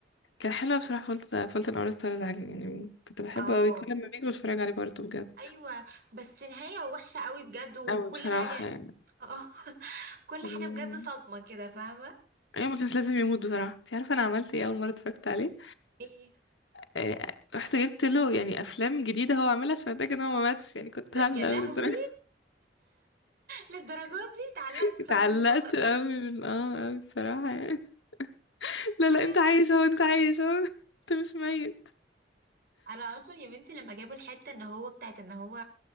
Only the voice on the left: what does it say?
كان حلو بصراحة فولت فولت اور ستارز يعني كنت بحبه
أوي كل ما بيجي بتفرج عليه برضه بجد
أوي بصراحة
يعني
مم.
ايوه ما كانش لازم يموت بصراحة انت عارفة انا عملت ايه اول مرة اتفرجت عليه
آه، رحت جبت له يعني افلام جديدة هو عاملها عشان اتاكد ان هو ما ماتش يعني كنت هبلة
أوي للدرجة
<laughs> اتعلقت
أوي من اه أوي بصراحة يعني
لا لا
انت عايش اهو انت عايش اهو <laughs> انت مش ميت